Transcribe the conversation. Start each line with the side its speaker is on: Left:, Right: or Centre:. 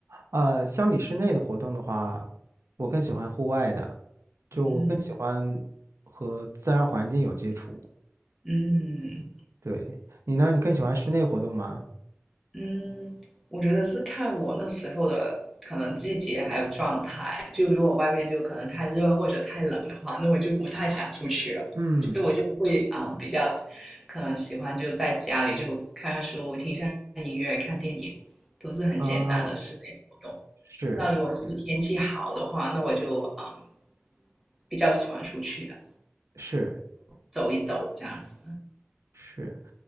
Right: 呃，相比室内的活动的话，我更喜欢户外的，就我更喜欢和自然环境有接触。
Centre: 嗯嗯
Right: 对，你呢？你更喜欢室内活动吗？
Centre: 嗯，我觉得是看我那时候的可能季节还有状态。就如果外面就可能太热或者太冷的话，那我就不太想出去了。
Right: 嗯，
Centre: 就我就会啊、嗯比较可能喜欢就在家里就看看书、听一下音乐、看电影，都是很简单的室内活动。
Right: 啊，是是
Centre: 那如果是天气好的话，那我就啊、嗯比较喜欢出去的，
Right: 是
Centre: 走一走这样子。
Right: 是，